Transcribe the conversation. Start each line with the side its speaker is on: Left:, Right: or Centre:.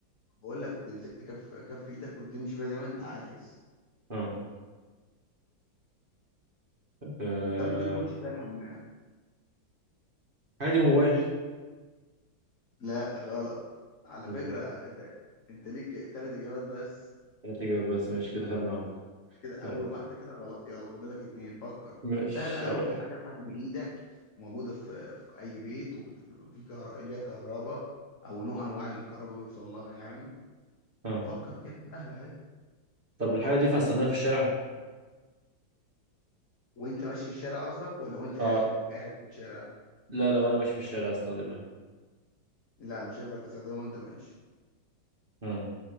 Left: بقول لك تمسكها في كف ايدك وتمشي بيها زي ما انت عايز
Right: أه أه،
Left: انت ممكن تخش بيها الحمام
Right: الحاجة دي موبايل
Left: لا غلط على
Right: موبايل
Left: فكره انت انت ليك ثلاث اجابات بس
Right: تلات إجابات بس ماشي كده خدنا واحدة
Left: كده اول
Right: طيب
Left: واحده كده غلط يلا فاضلك اتنين فكر
Right: مش
Left: سهله قوي
Right: هقول
Left: حاجه بحجم ايدك وموجوده في, في اي بيت وفي كهرباء ليها كهرباء او نوع انواع اللي الكهرباء بيوصل لها يعني
Right: أه
Left: فكر كده سهله اهي
Right: طب الحاجة دي ينفع أستخدمها في الشارع؟
Left: وانت ماشي في الشارع قصدك ولا وانت قا-
Right: أه
Left: قاعد في الشارع
Right: لا لو أنا ماشي في الشارع أستخدمها يعني.
Left: لا مش هينفع تستخدمها وانت ماشي
Right: أه